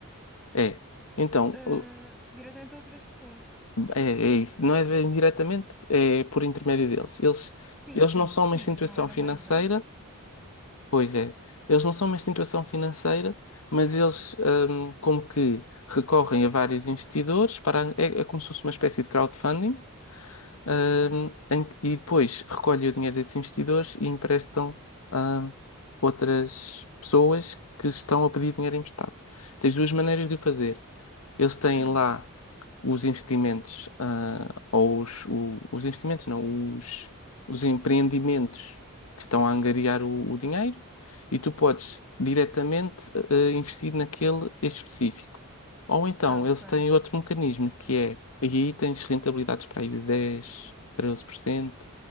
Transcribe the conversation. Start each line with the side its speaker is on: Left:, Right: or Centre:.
Left: É. Então,
Centre: ah,
Left: o-
Centre: diretamente a outras pessoas.
Left: é, é isso. Não é bem diretamente, é por intermédio deles. Eles,
Centre: Sim,
Left: eles
Centre: sim,
Left: não são
Centre: sim,
Left: uma instituição
Centre: se não era
Left: financeira,
Centre: má ideia. <laughs>
Left: pois é. Eles não são uma instituição financeira, mas eles, ahm, como que recorrem a vários investidores para, é é como se fosse uma espécie de crowdfunding ahm,
Centre: Ok.
Left: em- e depois recolhem o dinheiro desses investidores e emprestam a outras pessoas que estão a pedir dinheiro emprestado. Tens duas maneiras de o fazer. Eles têm
Centre: Hum.
Left: lá os investimentos, ah, ou os, o- os investimentos, não, os, os empreendimentos que estão a angariar o, o dinheiro e tu podes diretamente eh, investir naquele específico. Ou então
Centre: Ah, ok.
Left: eles têm outro mecanismo que é, e aí tens rentabilidades para aí de dez treze por cento